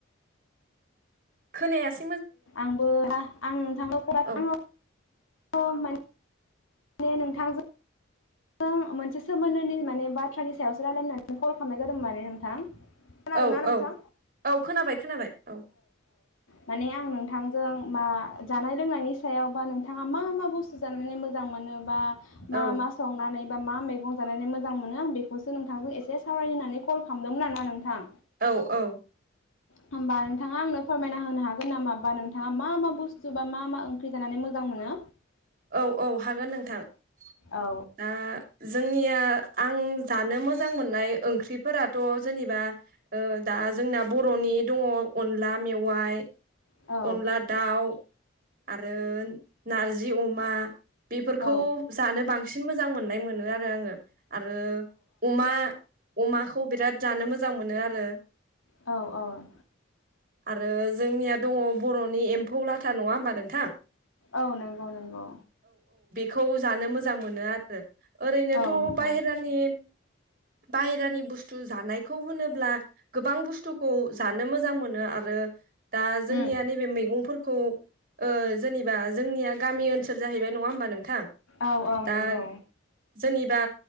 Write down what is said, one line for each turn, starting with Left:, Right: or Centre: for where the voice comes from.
Right: खोनायासो
Left: आंबो आं नोंथाङनो फरा
Right: औ
Left: थाङो औ मान मे नोंथांजों जों मोनसे सोमोन्दोनि माने बाथ्रानि सायावसो रायजलायनो होननानै कल खालामनाय जादों माने नोंथां। खोनादोंना
Right: औ
Left: नोंथां?
Right: औ औ खोनाबाय खोनाबाय औ
Left: माने आं नोंथांजों मा जानाय लोंनायनि सायाव बा नोंथाङा मा मा बुस्थु जानानै मोजां मोनो बा मा
Right: औ
Left: मा संनानै बा मा मैगं जानानै मोजां मोनो बेखौसो नोंथांजों एसे सावराय होनानै कल खालामदोंमोन आरो ना नोंथां
Right: औ औ
Left: होमबा नोंथाङा आंनो फोरमायना होनो हागोन नामा बा नोंथाङा मा मा बुस्थु बा मा मा ओंख्रि जानानै मोजां मोनो?
Right: औ औ हागोन नोंथां।
Left: औ।
Right: दा जोंनिया आं जानो मोजां मोननाय ओंख्रिफोराथ' जेनेबा ओ दा जोंना बर'नि दङ अनला मेवाय।
Left: औ
Right: अनला दाउ, आरो नारजि अमा बेफोरखौ
Left: औ
Right: जानो बांसिन सिन मोजां मोननाय मोनो आरो आङो। आरो अमा अमाखौ बिराद जानो मोजां मोनो आरो।
Left: औ औ
Right: आरो जोंनिया दङ बर'नि एम्फौ लाथा नङा होमबा नोंथां?
Left: औ नंगौ नंगौ।
Right: खौ जानो मोजां मोनो आरो। ओरैनोथ'
Left: औ नोंथां
Right: बाहेरानि बाहेरानि बुस्थु जानायखौ होनोब्ला गोबां बुस्थुखौ जानो मोजां मोनो आरो दा जोंनिया
Left: उम
Right: नैबे मैगंफोरखौ ओ जोनिबा जोंनिया गामि ओन सोल जाहैबाय नङा होमबा नोंथां?
Left: औ औ
Right: दा
Left: नंगौ
Right: जोनिबा